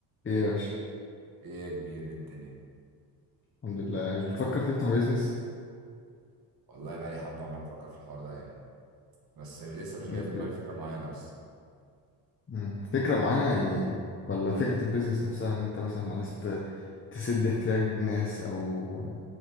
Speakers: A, on the left; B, on the right.
A: ايه يا باشا
B: ايه يا كبير إيه الدنيا
A: الحمد لله يعني مش بتفكر تفتح بيزنس
B: والله بقى لي حبه عمال افكر في الحوار ده يعني بس لسه مش
A: م-
B: جاي في
A: ب-
B: دماغي فكره معينه بس
A: مم. فكرة معينة يعني ولا فكرة البيزنس نفسها ان انت مثلا عايز ت- تسد احتياج ناس او